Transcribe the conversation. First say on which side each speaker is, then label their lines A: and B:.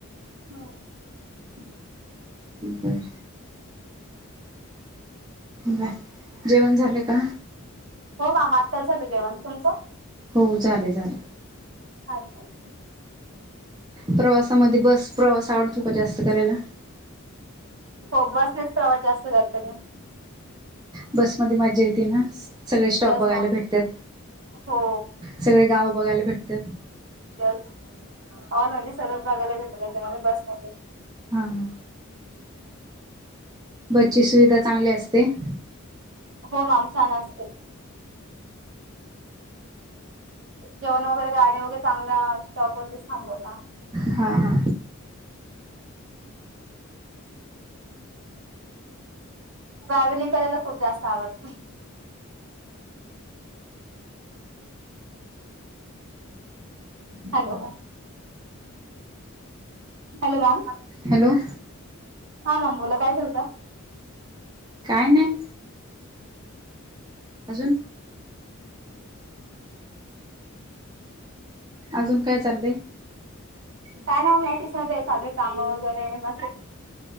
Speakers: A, on the right; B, on the right.
A: हम्म. <inaudible>
B: बरं ब जेवण झालं का?
A: हो मामा आत्ता झालं जेवण. तुमचं?
B: हो झालय झाल.
A: अच्छा, अच्छा.
B: प्रवासामध्ये बस प्रवास आवडतो का जास्त करायला?
A: हो बसनेच तवा जास्त करते मी.
B: बसमध्ये मज्जा येते ना असं. सगळे स्टॉप
A: येस
B: बघायला
A: मॅम
B: भेटत्यात
A: हो
B: <inaudible> सगळे गाव बघायला भेटत्यात.
A: यस ऑल म्हणजे सरळ भागाला भेटलाच्यामध्ये म्हणजे बसमध्ये.
B: हा, हा.
A: हम्.
B: बसची सुविधा चांगली असते. <inaudible>
A: हो मॅम छान अस जेवण वगैरे गाडी वगैरे चांगला स्टॉक होते थांबवता.
B: हा हा
A: ट्रॅव्हलिंग करायला खूप जास्त आवडते. हॅलो हॅलो मॅम
B: हॅलो
A: हा मॅम बोला काय झालत?
B: काय नाही अजून अजून काय चालय?
A: काय ना म मॅटिकस मध्ये चालू काम वगैरे म